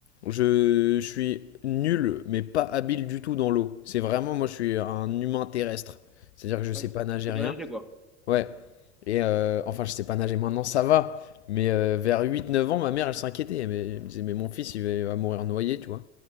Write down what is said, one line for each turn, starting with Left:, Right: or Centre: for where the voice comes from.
Left: je, je suis nul, mais pas habile du tout dans l'eau. C'est vraiment, moi, je suis un humain terrestre, c'est-à-dire que je sais
Centre: Ouais,
Left: pas nager
Centre: C'est
Left: rien.
Centre: bien acheté, quoi.
Left: Ouais. Et euh, enfin, je sais pas nager maintenant, ça va. Mais euh, vers huit neuf ans, ma mère, elle s'inquiétait. Elle me elle me disait, mais mon fils, il va il va mourir noyé, tu vois.